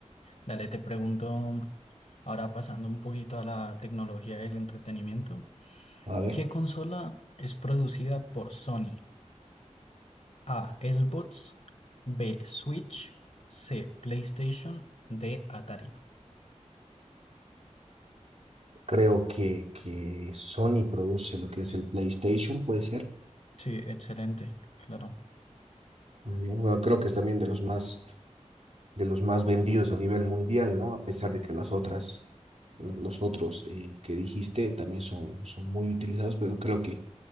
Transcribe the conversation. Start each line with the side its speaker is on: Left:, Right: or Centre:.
Left: Dale, te pregunto, ahora pasando un poquito a la tecnología del entretenimiento.
Right: A ver,
Left: ¿Qué consola es producida por Sony? A. Xbox. B. Switch. C. PlayStation. D. Atari.
Right: creo que, que Sony produce lo que es el PlayStation, puede ser.
Left: Sí, excelente, claro.
Right: Muy bien. Bueno, creo que es también de los más, de los más vendidos a nivel mundial, ¿no? A pesar de que las otras, lo- los otros eh, que dijiste también son, son muy utilizados, pero creo que